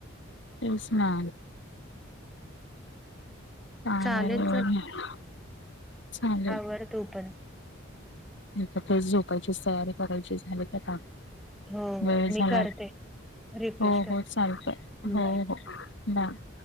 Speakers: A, on the left; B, in the centre.
A: तेच ना <unintelligible>
B: चालेल चल
A: चालेल.
B: आवर तू पण
A: तेच झोपायचीच तयारी करायची, झाले की काम.
B: हो हो
A: वेळ झाला
B: मी करते रिफ्रेश
A: हो
B: कर
A: हो चालतय हो
B: बाय.
A: हो. बाय